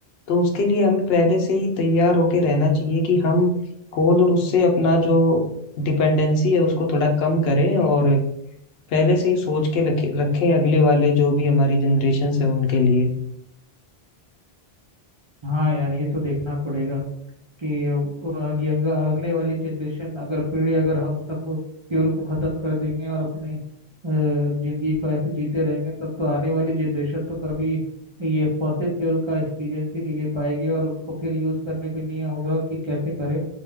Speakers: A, on the left; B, on the right.
A: तो उसके लिए हमें पहले से ही तैयार होके रहना चाहिए कि हम कोल और उससे अपना जो डिपेंडेंसी है उसको थोड़ा कम करें और पहले से ही सोच के रखे- रखें अगले वाले जो भी हमारी जनरेशन है उनके लिए
B: हाँ यार ये तो देखना पड़ेगा कि अ, यंग आगने वाली जनरेशन अगर पीढ़ी अगर हम सब फ्यूल को खत्म कर देंगे और अपने अ, जिंदगी को ऐसे जीते रहेंगे तब तो आने वाली जनरेशन तो कभी ये फॉसिल फ्यूल का एक्सपीरियंस ही नहीं ले पाएगी और उनको फिर यूज करने भी नहीं होगा कि कैसे करें